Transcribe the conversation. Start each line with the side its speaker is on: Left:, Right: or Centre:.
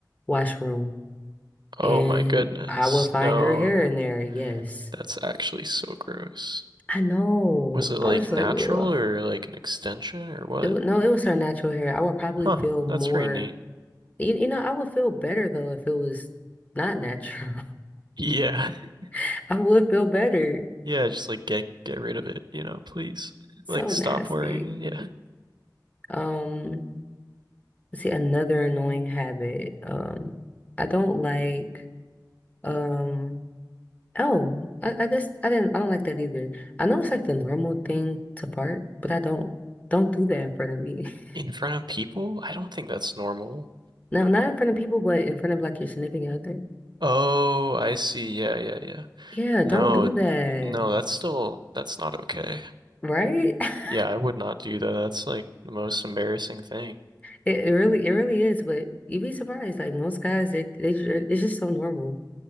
Left: washroom,
Right: oh
Left: and
Right: my goodness.
Left: I will find
Right: No,
Left: her hair in there. Yes,
Right: that's actually so gross.
Left: I know.
Right: Was it like
Left: I was
Right: natural
Left: like, ugh.
Right: or like an extension or what?
Left: It was, no, it was her natural hair. I would probably
Right: Huh,
Left: feel more.
Right: that's pretty neat.
Left: You, you know, I would feel better though if it was not natural.
Right: Yeah. <laughs>
Left: <laughs> I would feel better.
Right: Yeah, just like get get rid of it, you know, please.
Left: So
Right: Like stop
Left: nasty.
Right: wearing it. Yeah.
Left: Um. See, another annoying habit. Um, I don't like um oh, I, I guess I didn't I don't like that either. I know it's like the normal thing to fart, but I don't don't do that in front of me. <laughs>
Right: In front of people? I don't think that's normal.
Left: No, not in front of people, but in front of like your significant other.
Right: Oh, I see. Yeah, yeah, yeah.
Left: Yeah,
Right: No,
Left: don't do that.
Right: no, that's still that's not okay.
Left: Right? <laughs>
Right: Yeah, I would not do that. That's like the most embarrassing thing.
Left: It, it really it really is, but you'd be surprised. Like most guys, they they ju- it's just so normal.